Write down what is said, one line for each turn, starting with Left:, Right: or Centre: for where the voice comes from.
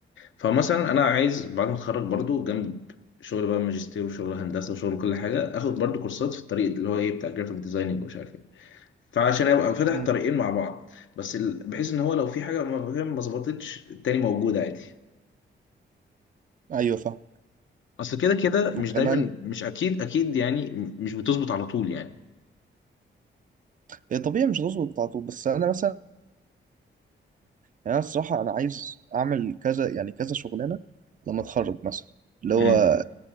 Left: فمثلا انا عايز بعد ما اتخرج برضو جنب شغل بقى ماجستير وشغل هندسة وشغل كل حاجة اخد برضو كورسات في الطريق اللي هو ايه بتاع الجرافيك ديزايننج ومش عارف ايه فعشان ابقى فاتح
Right: مم.
Left: طريقين مع بعض بس ال... بحيث ان هو لو في حاجة ما فاهم ما ظبطتش التاني موجود عادي
Right: ايوه فاهم
Left: اصل كده كده
Right: وكمان
Left: مش دايما مش اكيد اكيد يعني مش بتظبط على طول يعني
Right: هي طبيعي مش هتظبط على طول بس انا مثلا يعني أنا الصراحة أنا عايز أعمل كذا يعني كذا شغلانة لما أتخرج مثلا اللي هو
Left: امم